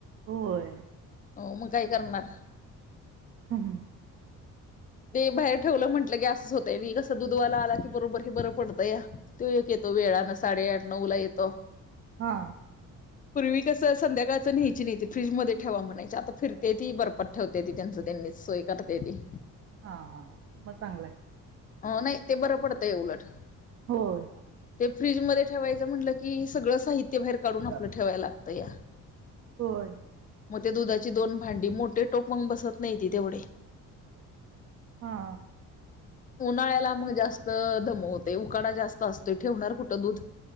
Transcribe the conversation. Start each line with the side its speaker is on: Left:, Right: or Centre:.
Right: होय.
Left: हो मग काय करणार.
Right: हम्म.
Left: ते बाहेर ठेवलं म्हटलं की असंच होतंय मग हे कसं दुधवाला आला की बरोबर हे बरं पडतंया तो एक येतो तो वेळानं साडेआठ नऊ ला येतो
Right: हा.
Left: पूर्वी कसं संध्याकाळचं न्यायची नाहीे फ्रीजमध्ये ठेवा म्हणायची आता फिरतेती ती बर्फात ठेवतेती त्यांचं त्यांनीच सोय करतेती.
Right: हा हां मग चांगलंय.
Left: अ नाही ते बरं पडतंय उलट.
Right: होय.
Left: ते फ्रीजमध्ये ठेवायचं म्हटलं की सगळं साहित्य बाहेर काढून आपलं
Right: हां.
Left: ठेवायला लागतंया.
Right: होय.
Left: मग त्या दुधाची दोन भांडी मोठे टोप मंग बसत नाहीती तेवढे
Right: हा.
Left: उन्हाळ्याला मग जास्त दमवतंय उकाडा जास्त असतोय ठेवणार कुठं दूध